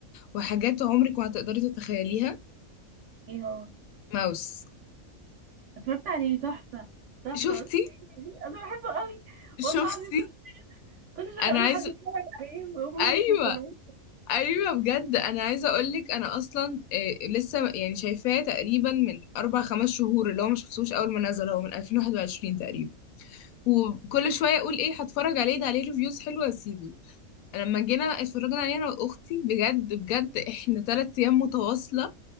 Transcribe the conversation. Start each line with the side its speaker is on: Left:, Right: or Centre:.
Left: وحاجات عمرك ما هتقدري تتخيليها
Right: إيه هو
Left: ماوس
Right: اتفرجت عليه تحفة تحفة
Left: شفتي
Right: بصي أنا بحبه قوي والله
Left: شفتي
Right: العظيم كل كل شوية
Left: انا
Right: أقول
Left: عايزة
Right: لحد يتفرج عليه وهم
Left: ايوه
Right: مش مقتنعين
Left: ايوه بجد انا عايزه اقولك انا اصلا آه، لسه يعني شايفاه تقريبا من اربع خمس شهور اللي هو ما شفتوش اول ما نزل هو من 2021 تقريبا وكل شويه اقول ايه هتفرج عليه ده عليه ريفيوز حلوه اسيبه لما جينا اتفرجنا عليه انا واختي بجد بجد احنا تلات ايام متواصله